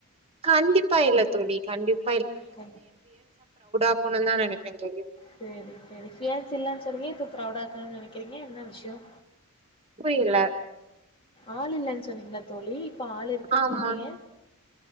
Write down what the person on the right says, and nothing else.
கண்டிப்பா இல்ல தோழி கண்டிப்
ஆக்கணுதா நெனைப்பே தோழி
<unintelligible>
ஆமா